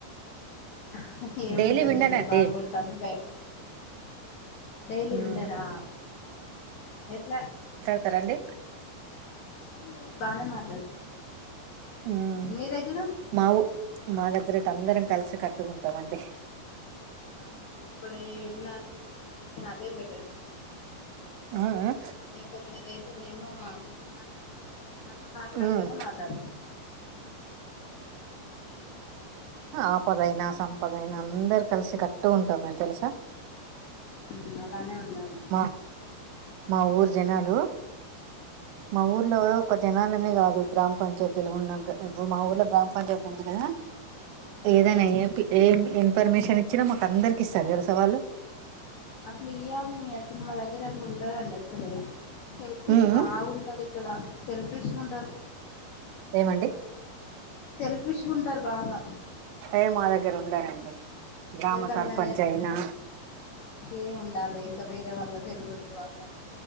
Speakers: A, on the left (about 80°); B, on the right (about 85°).
A: <inaudible> ఏముందండి
B: డైలీ విండనండి
A: ఎంట బాగు కొడతాంది బ డైలీ
B: ఉమ్
A: ఉండరా ఎట్లా
B: తరండి
A: ఏం లేదు బానే మాట్లాడుతున్
B: ఉమ్
A: మీ దగ్గిరు
B: మా ఊ మా దగ్గరతే అందరం కలిసి కట్టుగుంటామండి
A: అవును ఇప్పుడే నాకీ జెనరేషన్ అదే బెటర్
B: ఆ ఆ
A: ఇగ కొందరైతేనేేమో మన మనం మాట్లాడతనే
B: ఉమ్
A: మాట్లాడుతారు
B: ఆపదయినా సంపదయినా అందరు కలిసి కట్టు ఉంటాం మేం తెలుసా
A: ఉమ్ అలానే ఉంది <unintelligible>
B: మా మా ఊరు జనాలు మా ఊర్లో కొత్త జనాలనే కాదు గ్రామ పంచాయత్ తెలుగున్నంక మా ఊర్లో గ్రామ పంచాయతీ ఉంది కదా
A: అవునవును
B: ఏదైనా ఏ ఏ ఇన్ఫర్మేషన్ వచ్చినా మాకు అందరికి ఇస్తారు తెలుసా వాళ్లు
A: అట్ల ఇయామి. అస్ సినిమా దగ్గర అట్లా ఉండదండి అస్సలు సెల్ఫిష్
B: ఉమ్,
A: బాగుంటది ఇక్కడ సెల్ఫిష్ గుం
B: ఏమండి
A: సెల్ఫిష్ గుంటారు బాగా
B: హే మా దగ్గర ఉండరండి గ్రామ
A: ఎవరికన్నా
B: సర్పంచ్ అయినా
A: ఏ ఉండాలి ఇంకా వేరే వాళ్ళ తెలియద్దు అన్నది